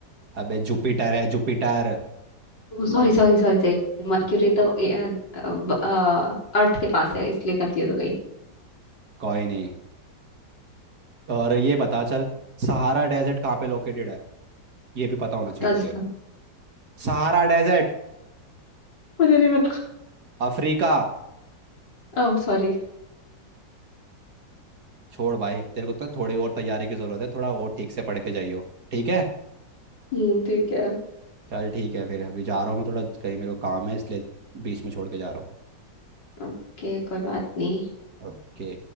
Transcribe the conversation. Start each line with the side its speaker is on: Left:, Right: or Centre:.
Right: अबे जुपिटर है जुपिटर
Left: Sorry
Right: मरकर
Left: sorry sorry sorry Mercury तो ए- अ, व- अ, अर्थ के पास है इसलिए कंफ्यूज हो गई
Right: कोई नहीं और ये बता चल सहारा डेजर्ट कहाँ पे लोकेटेड है ये भी पता होना चाहिए
Left: राजस्थान
Right: तुझे Sahara desert
Left: मुझे नहीं पता
Right: Africa
Left: Oh sorry
Right: छोड़ भाई तेरे को तो थोड़ी और तैयारी की जरूरत है थोड़ा और ठीक से पढ़ के जाइयो ठीक है
Left: हम्म ठीक है
Right: चल ठीक है फिर अभी जा रहा हूँ मैं थोड़ा कहीं मेरे को काम है इसलिए बीच में छोड़ के जा रहा हूँ
Left: ओके कोई बात नहीं
Right: ओके